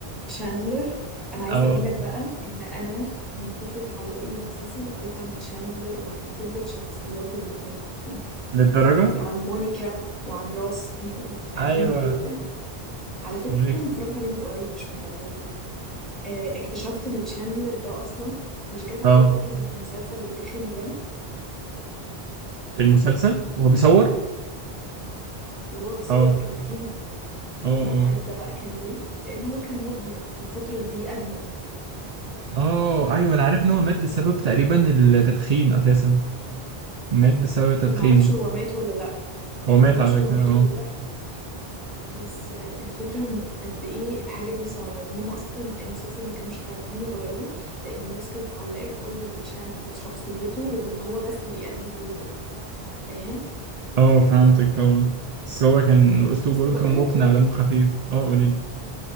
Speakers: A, in the centre; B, on the right (about 50°).
A: تشاندلر أنا عايزة
B: اه
A: أقول لك بقى إن أنا من كتر تعلقي بالمسلسل قريت عن تشاندلر وعن كل الشخصيات اللي في ال-
B: للدرجة
A: اللي عن مونيكا وعن راس مم، أنا كنت بحبهم
B: ايوه
A: جدا على فكرة
B: ملك
A: أنا اتفرجت عليه من قريب مش من بعيد آه، اكتشفت إن تشاندلر ده أصلا مش جات عليه
B: اه
A: فترة في المسلسل وتخن جامد
B: في المسلسل وهو بيصور
A: صح؟ وهو بيصور
B: اه
A: كان تخين
B: اه اه
A: عارف ده بقى كان ليه لان هو كان مدمن في الفتره دي ادمن
B: اه ايوه انا عارف ان هو مات بسبب تقريبا التدخين اساسا مات بسبب التدخين
A: انا معرفش هو مات ولا لا
B: هو مات
A: معرفش
B: على
A: هو
B: فكرة
A: مات
B: اه
A: ولا لا بس آه، الفكره ان قد ايه الحاجه دي صعبه وهم اصلا المسلسل ما كانوش عارفين يغيروه لان الناس كانت اتعلقت قوي بتتشان بشخصيته وبان هو بس اللي يأدي الدور ده فاهم
B: اه فهمتك طبعا بس هو كان الأسلوب
A: بس
B: برضه
A: بقول
B: كان مقنع
A: لك ايه
B: ودمه خفيف اه قوليلي